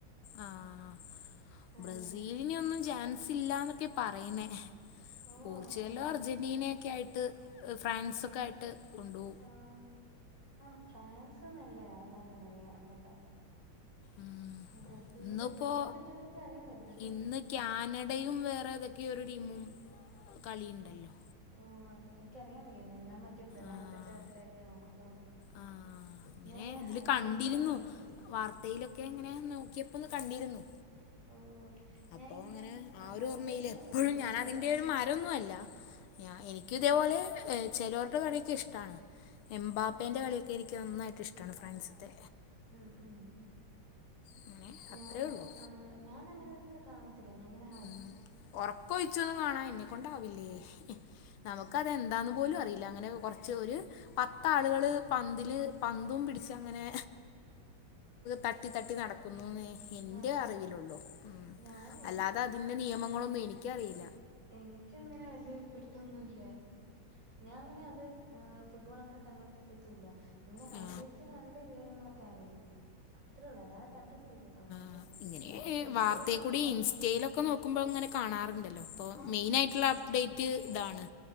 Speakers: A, on the left; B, on the right.
A: ആഹ് ആഹ് ബ്രസീലിനൊന്നും
B: അങ്ങനെ
A: ചാൻസ് ഇല്ലന്നൊക്കെയ പറയുന്നെ
B: ഓ
A: പോർച്ചുഗലോ
B: അയ്ശോ
A: അർജന്റീനയൊക്കെ ആയിട്ട് ഫ്രാൻസൊക്കെയായിട്ട് കൊണ്ടുപോകും
B: ആഹ് ആഹ് ഫ്രാൻസ് നല്ലയ നല്ല കളിയാ അവരുടെ
A: ഉം
B: ബ്രസീല്
A: ഇന്നിപ്പോ
B: ബ്രസീലിന്റെ കളി എനക്ക് <unintelligible>
A: ഇന്ന് ക്യാനഡയും വേറെ ഏതൊക്കെയൊ ഒരു ടീമും കളിയുണ്ടല്ലോ
B: ഓഹ് അത് എനിക്കറിയൻ വയ്യന്നേ ഞാൻ മറ്റേ പ്രധാനപ്പെട്ടവർടെ
A: ആ
B: ഒക്കെയേ നോക്കത്തോള്ളൂ
A: ആഹ്
B: ഞാൻ ഇങ്ങനെ
A: ഇതില്
B: ഹൈ
A: കണ്ടിരുന്നു
B: ലൈറ്റ്സ് നോക്കത്തേ ഉള്ളൂ
A: വാർത്തയിലൊക്കെ എങ്ങനെ നോക്കിയപ്പോ അത് കണ്ടിരുന്നു
B: ഓ
A: അപ്പൊ
B: ഞാൻ ഇങ്ങനെ
A: അങ്ങനെ ആ ഒരു
B: ഹൈലൈറ്റ്
A: ഓർമ്മയില് എപ്പോഴും
B: നോക്കത്തേ ഉള്ളൂ
A: ഞാൻ
B: അല്ലാതെ
A: അതിന്റെ ഒരു <unintelligible> എനിക്കും ഇതേപോലെ ചേലോർടെ കളിയൊക്കെ ഇഷ്ട്ടാണ് എമ്പാബേ
B: ഓ
A: ബാബേന്റെ കളിയൊക്കെ എനിക്ക് നന്നായിട്ടിഷ്ടാണ് ഫ്രൻസത്തെ
B: മ് മ്
A: അങ്ങനെ അത്രേ
B: ഞാന്
A: ഉള്ളൂ
B: ആഹ് ഞാനങ്ങനെയിരുന്നു കാണത്തില്ല ഞാങ്ങനെ
A: മ് ഉറക്കൊഴിച്ചൊന്നും കാണാ എന്നെക്കൊണ്ടാവില്ലേ നമുക്ക് എന്താന്ന് പോലും അറിയില്ല അങ്ങനെ കുറച്ച് ഒരു പത്ത ആളുകള്
B: ഉം
A: പന്തില് പന്തും പിടിച്ച് അങ്ങനെ തട്ടി തട്ടി നടക്കുന്നുന്നേ എന്റെ
B: നടക്കുന്നു
A: അറിവിലുള്ളോ മ്
B: ഞാന്
A: അല്ലാതെ അതിന്റെ നിയമങ്ങളൊന്നും എനിക്കറിയില്ല
B: എനിക്കങ്ങനെ വലിയ പിടുത്തൊന്നുല്ല ഞാ അങ്ങനെ അത് ആഹ് ഫുട്ബോളങ്ങനെ കണ്ടോൊണ്ടിരിക്കത്തുല്ല ഇങ്ങനെ ഹൈലൈറ്റ്
A: ആ
B: കണ്ട് വിവരങ്ങളൊക്കെയറിയും ഇത്രേള്ളൂ അല്ലാതെ കണ്ടോണ്ടിരിക്കത്തൊന്നുല്ല
A: ആഹ് ഇങ്ങനെ
B: എനിക്ക് ഒത്തിരി
A: വാർത്തയക്കൂടി
B: സമയം കണ്ടോണ്ടിരിക്കാൻ
A: ഇൻസ്റ്റയിലൊക്കെ നോക്കുമ്പോ ഇങ്ങനെ കാണാറുണ്ടല്ലോ അപ്പോ
B: ആഹ്
A: മെയിനായിട്ടുള്ള
B: ഇൻസ്റ്റയിലൊക്കെ
A: അപ്ഡേറ്റ് മറ്റ് ഇതാണ്